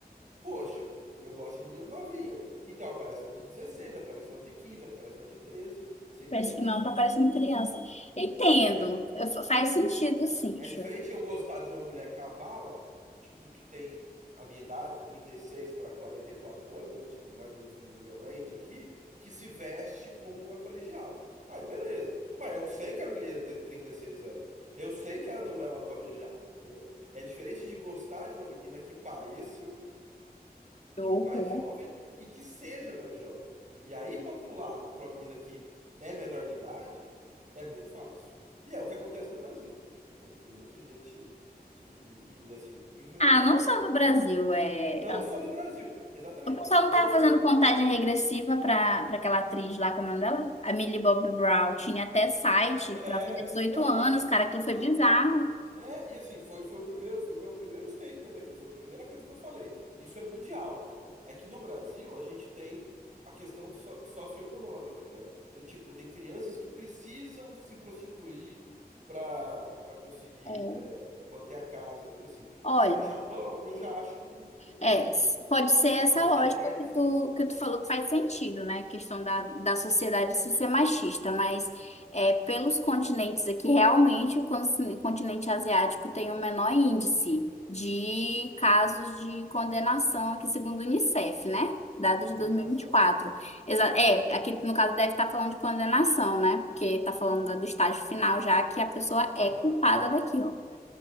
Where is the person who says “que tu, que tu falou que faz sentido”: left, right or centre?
Left